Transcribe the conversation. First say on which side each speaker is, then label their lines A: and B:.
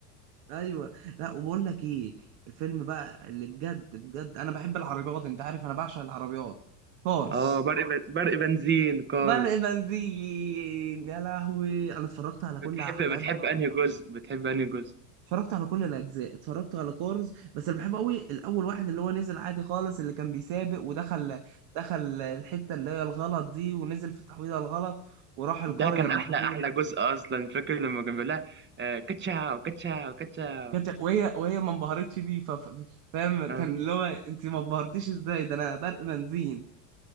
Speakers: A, on the right; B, on the right.
A: أيوة لا وبقول لك إيه الفيلم بقى اللي بجد بجد أنا بحب العربيات أنت عارف أنا بعشق العربيات كورس
B: اه برق ب- برق بنزين كارز
A: برق بنزين يا لهوي أنا اتفرجت على
B: بتحب
A: كل حلقات
B: بتحب انهي جزء بتحب انهي جزء
A: اتفرجت على كل الاجزاء اتفرجت على كورز بس اللي بحبه قوي الاول واحد اللي هو نزل عادي خالص اللي كان بيسابق ودخل دخل الحته اللي هي الغلط دي ونزل في التحويضه الغلط وراح القريه
B: ده كان
A: المهجوره
B: احلى احلى جزء اصلا فاكر لما كان بيقول لها آه، كاتشاو كاتشاو كاتشاو
A: كانت- وهي وهي ما انبهرتش بيه ف- ف- فاهم
B: آه.
A: كان اللي هو انت ما انبهرتيش ازاي ده انا برق بنزين